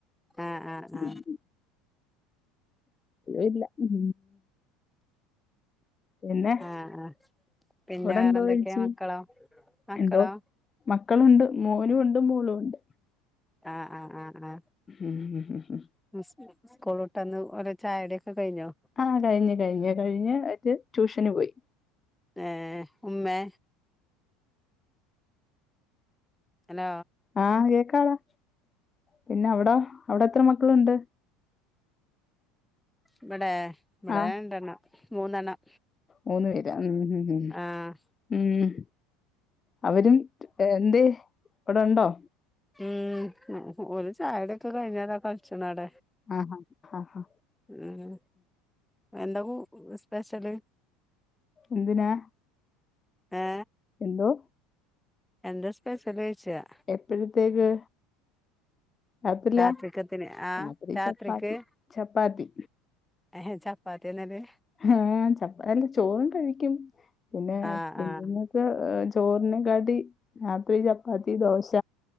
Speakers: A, in the centre; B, on the left.
A: ആ ആ ആ
B: ഉം ഇല്ല ഉം പിന്നെ
A: ആ ആ പിന്നെ
B: അവിടെ
A: വേറെന്തൊക്കെയാ
B: എന്തോ കഴിച്ച്
A: മക്കളോ മക്കളോ
B: എന്തോ മക്കളുണ്ട് മോനു ഉണ്ട് മോളും ഉണ്ട്.
A: ആഹ് ആഹ് ആഹ് ആഹ
B: ഉം ഹ് ഹ് ഹ്
A: സ് സ്കൂൾ ഇട്ട്ന്ന് ഓരെ ചായുടിയൊക്കെ കഴിഞ്ഞോ
B: ആഹ കഴിഞ്ഞ് കഴിഞ്ഞു കഴിഞ്ഞ് അത് ട്യൂഷന് പോയി
A: ഏ ഏ ഹ് ഉമ്മേ? ഹലോ
B: ആഹ് കേക്കാളാ പിന്നെ അവിടോ അവിടെ എത്ര മക്കളുണ്ട്
A: ഇവിടെ ഇവിടെ
B: ആഹ്
A: രണ്ടെണ്ണം മൂന്നെണ്ണം
B: മൂന്ന് പേര് ഉം ഉം ഉം
A: ആഹ
B: ഉം അവരും ഏ എന്തേ ഇവടുണ്ടോ
A: ഉം ഒരു ചായടൊക്കെ കഴിഞ്ഞതാ. കുറച്ചണട.
B: ആഹാ ആഹാ
A: ഉം എന്താ കൂ സ്പെഷല്
B: എന്തിനാ
A: ഏ
B: എന്തോ
A: എന്താ സ്പേസല്ല ചോിച്ചയാ
B: എപ്പഴത്തേക്ക് രാത്രിലാ
A: രാത്രിക്കത്തിന് ആ
B: രാത്രി
A: രാത്രിക്ക്
B: ചപ്പാത്തി ചപ്പാത്തി
A: ഏഹ് ഹെ ചപ്പാത്ത്യന്നെലേ
B: ഏഹ് ചപ്പ അല്ല ചോറും കഴിക്കും പിന്നെ
A: ആ
B: കുഞ്ഞുങ്ങ
A: ആ
B: ഇപ്പ ചോറിനെക്കാട്ടി രാത്രി ചപ്പാത്തി ദോശ